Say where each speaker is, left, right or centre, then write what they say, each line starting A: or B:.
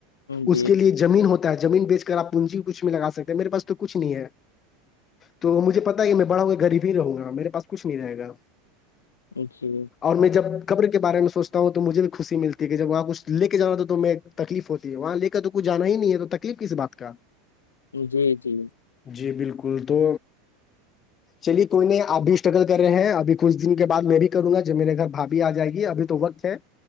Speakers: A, on the left; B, on the left.
A: جی
B: اس کے
A: جی
B: لیے جو جمین ہوتا ہے زمین بیچ کر آپوننجی کچھ میں لگا سکتے میرےاس تو کچھ نہیں ہے تو مجھے پتا ہے کہ میں بڑاوںا غب ہی رہوں گا میرے پاس کچھ نہیں رہےا
A: اچھی
B: اور میں جب قبر کے بار میں سوچتا ہوں تو مجھے بھی خوشی ملتی ہے کہ جب وہاں کچھ لے کے جانا تو میں تکلیف ہوتی ہے وہاں لے کر تو کچھ جانا ہی نہیں ہے تو تکلیف کس بات کا
A: جوئی جی
B: جی بالکل تو چلیے کوئی نے ابھی اسٹرگل کر رہے ہیں ابھی کچھ دن کے بد میں بھی کروں گا جب میرے گھر بھابھی آ جائے گی ابھی تو وقت ہے